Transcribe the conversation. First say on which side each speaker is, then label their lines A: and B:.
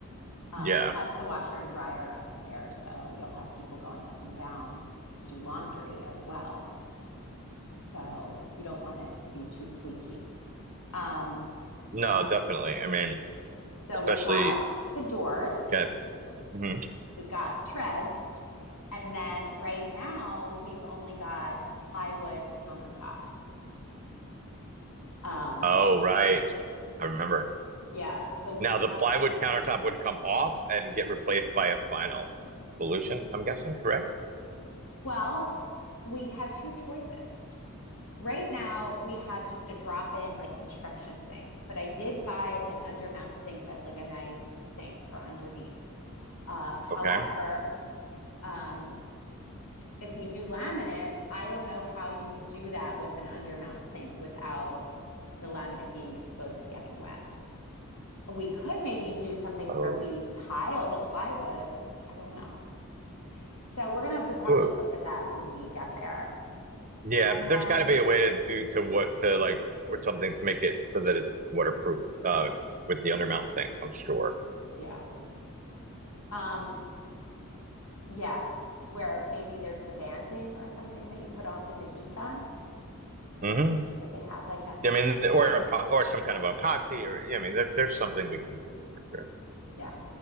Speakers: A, on the left (about 90°); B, on the right (about 35°).
A: Um,
B: Yeah.
A: plus, the washer and dryer are upstairs, so you'll have people going up and down to do laundry as well. So you don't want it to be too squeaky. Um,
B: No,
A: we-
B: definitely. I mean,
A: so
B: especially
A: we've got the doors
B: yeah. Mhm.
A: we've got treads. And then right now we've only got plywood countertops. Um,
B: Oh, right. I remember.
A: yeah. So we
B: Now
A: have,
B: the plywood countertop would come off and get replaced by a final solution, I'm guessing, correct?
A: well, we have two choices. Right now we have just a drop in like construction sink, but I did buy an undermount sink that's like a nice sink for underneath. Uh, however,
B: Okay.
A: um, if we do laminate, I don't know how you do that with an undermount sink without the laminate being exposed to getting wet. we could maybe do something
B: Oh,
A: where we tile the plywood. I don't know. So we're gonna have to probably
B: ooh.
A: look at that when we get there.
B: Yeah,
A: And
B: but there's
A: then
B: got to be a way to do to what to like with something to make it so that it's waterproof uh with the undermount sink, I'm sure.
A: yeah. Um yeah, where maybe there's the banding or something that you put on with the heat gun
B: hmm
A: that they have like that matching
B: I mean,
A: banding.
B: or a po or some kind of epoxy or I mean, there, there's something we can do for sure.
A: Yeah.